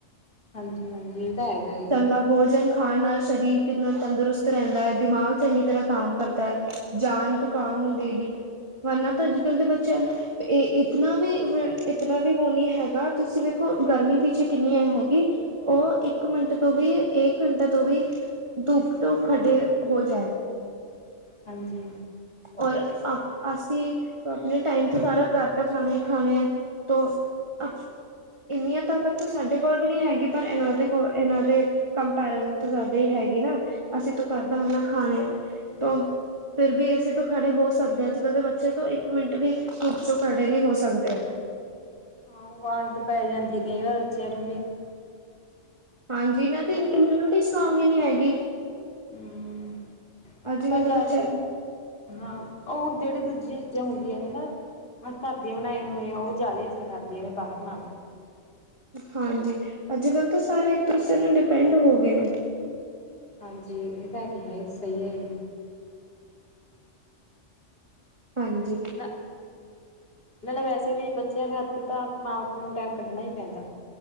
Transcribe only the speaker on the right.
ਦਾ ਭੋਜਨ ਖਾਣ ਨਾਲ ਸਰੀਰ ਕਿਤਨਾ ਤੰਦਰੁਸਤ ਰੈਂਦਾ ਐ ਦਿਮਾਗ ਚੰਗੀ ਤਰ੍ਹਾਂ ਕੰਮ ਕਰਦਾ ਐ। ਜਾਨ ਤੋਂ ਕਾਮ ਹੁੰਦੀ ਹੈਗੀ, ਵਰਨਾ ਤਾਂ ਅੱਜ ਕੱਲ੍ਹ ਦੇ ਬੱਚਿਆਂ ਲਈ ਏ ਇਤਨਾ ਵੀ ਵ ਇਤਨਾ ਵੀ ਵੋ ਨੀ ਹੈਗਾ ਤੁਸੀਂ ਵੇਖੋ ਗਰਮੀ ਪਿੱਛੇ ਕਿੰਨੀ ਆਈ ਹੈਗੀ। ਓ ਇੱਕ ਮਿੰਟ ਤੋਂ ਵੀ ਇੱਕ ਘੰਟੇ ਤੋਂ ਵੀ ਦੁਪ ਤੋਂ ਖੜੇ ਹੋ ਜਾਏ।
ਔਰ ਅ ਅਸੀਂ ਆਪਣੇ ਟਾਈਮ ਤੇ ਸਾਰਾ ਘਰ ਦਾ ਖਾਣਾ ਈ ਖਾਣੇ ਆ ਤੋਂ ਅਪ ਇੰਨੀਆਂ ਤਾਕਤ ਸਾਡੇ ਕੋਲ ਵੀ ਨੀ ਹੈਗੀ ਪਰ ਐਨਾਂ ਦੇ ਕੋਲ ਐਨਾਂ ਦੇ ਕੰਪੈਰੀਜਨ ਤੋਂ ਜਾਦਾ ਈ ਹੈਗੀ ਨਾ ਅਸੀਂ ਤਾਂ ਘਰਦਾ ਖਾਣਾ ਖਾਣੇ ਆ। ਫਿਰ ਵੀ ਅਸੀ ਅਸੀ ਖੜੇ ਹੋ ਸਕਦੇ ਆ, ਅੱਜ ਕੱਲ ਦੇ ਬੱਚੇ ਤੋਂ ਇੱਕ ਮਿੰਟ ਵੀ ਧੁੱਪ 'ਚੋ ਖੜੇ ਨੀ ਹੋ ਸਕਦੇ।
ਹਾਂਜੀ ਇਨਾਂ ਦੀ ਇਮਿਊਨਿਟੀ ਸਟਰੋਂਗ ਨੀ ਹੈਗੀ।
ਅੱਜ ਕੱਲ੍ਹ
ਦੇ ਬੱਚਿਆਂ ਦੀ
ਹਾਂਜੀ ਅੱਜ ਕੱਲ੍ਹ ਤੇ ਸਾਰੇ ਇੱਕ ਦੂਸਰੇ ਨੂੰ ਡਿਪੈਂਡ ਹੋਗੇ ਨੇ।
ਹਾਂਜੀ।